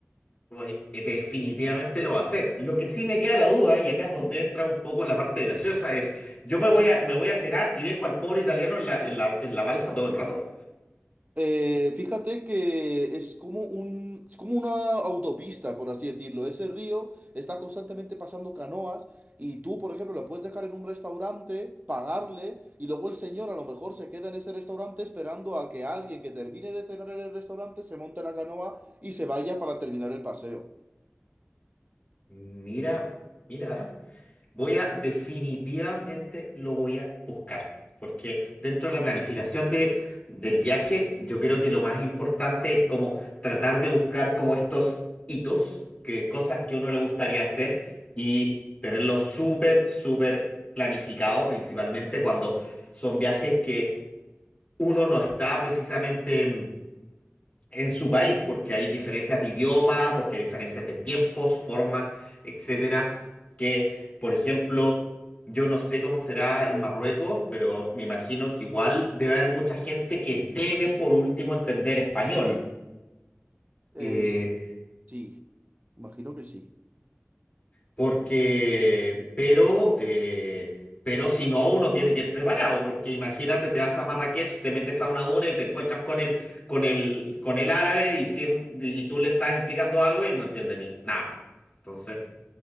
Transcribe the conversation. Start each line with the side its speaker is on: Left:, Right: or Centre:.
Left: Pues eh, definitivamente lo va a hacer. Lo que sí me queda la duda, y acá es donde entra un poco la parte graciosa, es, ¿yo me voy a, me voy a cenar y dejo al pobre italiano en la, en la, en la balsa todo el rato?
Right: Eh, fíjate que es como un, es como una autopista, por así decirlo. Ese río está constantemente pasando canoas y tú, por ejemplo, lo puedes dejar en un restaurante, pagarle y luego el señor a lo mejor se queda en ese restaurante esperando a que alguien que termine de cenar en el restaurante se monte la canoa y se vaya para terminar el paseo.
Left: Mira, mira. Voy a definitivamente lo voy a buscar, porque dentro de la planificación de, del viaje, yo creo que lo más importante es como tratar de buscar como estos hitos, que cosas que uno le gustaría hacer y tenerlo súper, súper planificado, principalmente cuando son viajes que uno no está precisamente en en su país, porque hay diferencias de idioma, porque hay diferencias de tiempos, formas, etcétera, que, por ejemplo, yo no sé cómo será en Marruecos, pero me imagino que igual debe haber mucha gente que debe por último entender español.
Right: Es,
Left: Eh,
Right: sí, imagino que sí.
Left: Porque, pero, eh, pero si no, uno tiene que ir preparado, porque imagínate, te vas a Marrakech, te metes a una duna y te encuentras con el, con el, con el árabe diciendo, y tú le estás explicando algo y él no entiende ni nada. Entonces,